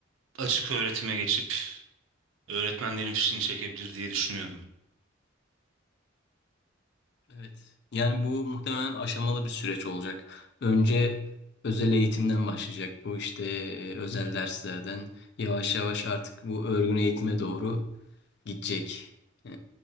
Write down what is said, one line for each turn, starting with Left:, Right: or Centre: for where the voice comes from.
Right: açık öğretime geçip öğretmenlerin fişini çekebilir diye düşünüyorum.
Left: evet. Yani bu muhtemelen aşamalı bir süreç olacak. Önce özel eğitimden başlayacak bu işte e, özel derslerden yavaş yavaş artık bu örgün eğitime doğru. gidecek e,